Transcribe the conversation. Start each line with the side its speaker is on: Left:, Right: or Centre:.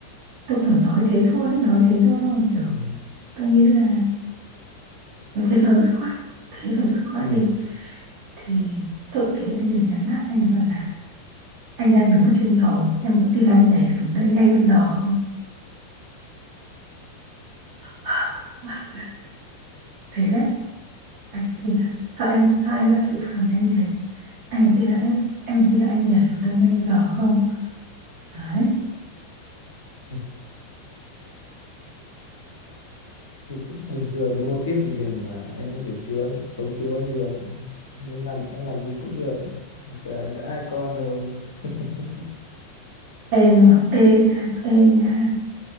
Right: tôi kiểu nói thế thôi ấy, nói thế thôi xong rồi kiểu
Left: ừ
Right: tôi nghĩ là tôi thế cho nó dứt khoát thế cho dứt khoát
Left: ừ
Right: đi thì tôi thấy anh này nhắn lại anh ấy bảo là anh đang đứng ở trên cầu em có tin là anh nhảy xuống đây ngay bây giờ không <sighs> What the... thế đấy anh có tin là sao em sao em lại phụ phàng với anh thế anh có tin là em em có tin là anh nhảy xuống đây ngay bây giờ không đấy
Left: ừ thì cứ bình thường cái mô típ bình thường mà em có thể siêu anh sống thiếu anh được muốn làm em làm gì cũng được giờ em đã hai con rồi <laughs>
Right: ê nhưng mà ê nha ê nha